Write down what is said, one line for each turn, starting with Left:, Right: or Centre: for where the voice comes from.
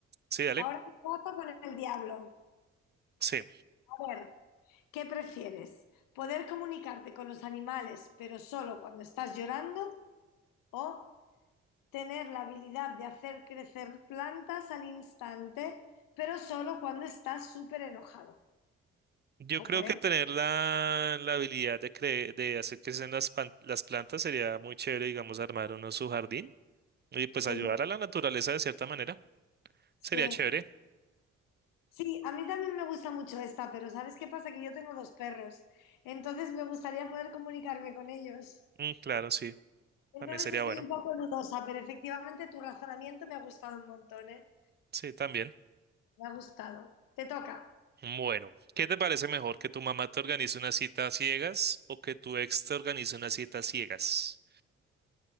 Right: sí, dale.
Left: Ahora un trato con el diablo.
Right: Sí.
Left: A ver, ¿qué prefieres? ¿Poder comunicarte con los animales, pero solo cuando estás llorando? ¿O tener la habilidad de hacer crecer plantas al instante, pero solo cuando estás súper enojado.
Right: Yo
Left: Jope,
Right: creo que tener la, la habilidad de, cre- de hacer crecer las, pan- las plantas sería muy chévere, digamos, armar uno su jardín y pues
Left: sí,
Right: ayudar a la naturaleza de cierta manera.
Left: sí.
Right: Sería chévere.
Left: Sí, a mí también me gusta mucho esta, pero ¿sabes qué pasa? Que yo tengo dos perros, entonces me gustaría poder comunicarme con ellos.
Right: Mm, claro, sí.
Left: Entonces
Right: También sería
Left: estoy
Right: bueno.
Left: un poco dudosa, pero efectivamente tu razonamiento me ha gustado un montón, ¿eh?
Right: Sí, también.
Left: Me ha gustado. Te toca.
Right: Bueno, ¿qué te parece mejor? ¿Que tu mamá te organice una cita a ciegas o que tu ex te organice una cita a ciegas?